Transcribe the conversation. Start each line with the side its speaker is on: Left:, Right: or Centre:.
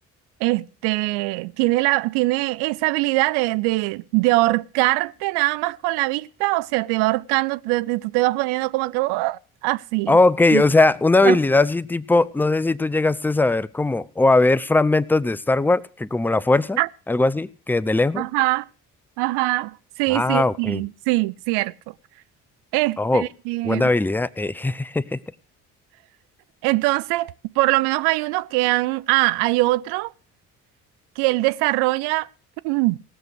Right: este, tiene la, tiene esa habilidad de, de, de ahorcarte nada más con la vista, o sea, te va ahorcando, te- te- tú te vas poniendo como que "Uah", así.
Centre: Oh, Ok,
Right: Sí.
Centre: o sea, una habilidad
Right: Así.
Centre: así tipo, no sé si tú llegaste a saber como, o a ver fragmentos de Star Wars, que como la fuerza,
Right: Ah,
Centre: algo así, que de lejos.
Right: Ajá, ajá, sí,
Centre: Ah,
Right: sí,
Centre: ok.
Right: sí, sí, cierto. Este,
Centre: Oh,
Right: eh,
Centre: buena habilidad. eh. <laughs>
Right: entonces, por lo menos hay unos que han, ah, hay otro que él desarrolla mm,